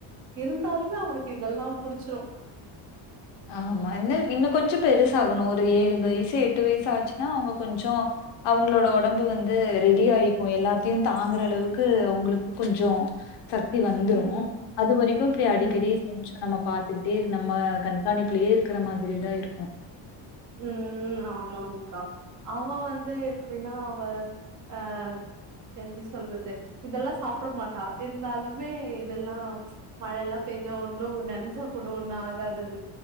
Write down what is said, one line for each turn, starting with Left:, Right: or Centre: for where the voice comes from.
Right: இருந்தாலுமே அவனுக்கு இதெல்லா புடிச்சுரு
Left: ஆமா இன்னு இன்னு கொஞ்சோ பெருசாகணு ஒரு ஏழு வயசு எட்டு வயசு ஆச்சுன்னா அவுங்க கொஞ்சோ அவுங்ளோட ஒடம்பு வந்து ரெடி ஆயிக்கு எல்லாத்தையு தாங்கற அளவுக்கு அவுங்களுக் கொஞ்சோ சத்தி வந்துரு
Right: ம்
Left: அது வரைக்கு இப்டி
Right: ம்
Left: அடிக்கடி கொஞ்சோ நம்ம பாத்துக்கிட்டே இரு நம்ம கண் கண்காணிப்லயே இருக்கற மாதிரி தா இருக்கு
Right: ம் ஆமாங்கா அவ வந்து எப்டின்னா அவ அ எப்டி சொல்றது இதெல்லா சாப்ட மாட்டா இருந்தாலுமே இதெல்லா ச்சு மழையெல்லா பெய்ஞ்ச ஒண்ணு நெனஞ்சா கூட ஒண்ணு ஆகாதது